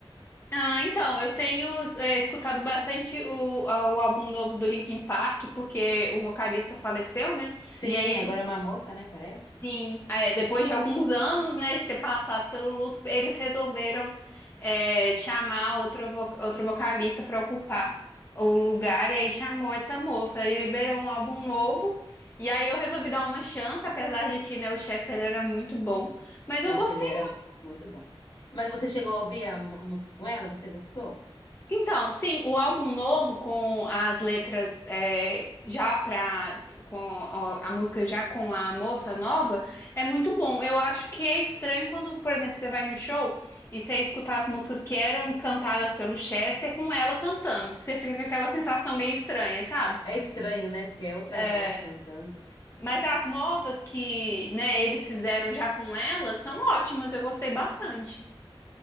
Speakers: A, on the left (about 25°); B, on the left (about 55°).
A: Ah, então, eu tenho é, escutado bastante o, a- o álbum novo do Linkin Park, porque o vocalista faleceu, né?
B: Sim,
A: E aí,
B: agora
A: eles,
B: é uma moça, né? Parece.
A: sim, é, depois de alguns anos, né, de ter passado pelo luto, eles resolveram é, chamar outro, vo- outro vocalista para ocupar o lugar, e aí chamou essa moça, e liberou um álbum novo. E aí eu resolvi dar uma chance, apesar de que, né, o Chester era muito bom. Mas
B: Nossa,
A: eu gostei
B: ele era muito bom. Mas você chegou a ouvir a mu- a música com ela? Você gostou?
A: Então, sim, o álbum novo com as letras é, já pra, com a, a música já com a moça nova é muito bom. Eu acho que é estranho quando, por exemplo, você vai no show e você escutar as músicas que eram cantadas pelo Chester com ela cantando, porque você fica com aquela sensação meio estranha, sabe?
B: É estranho, né? Porque é outra
A: É,
B: voz cantando.
A: mas as novas que, né, eles fizeram já com ela são ótimas, eu gostei bastante.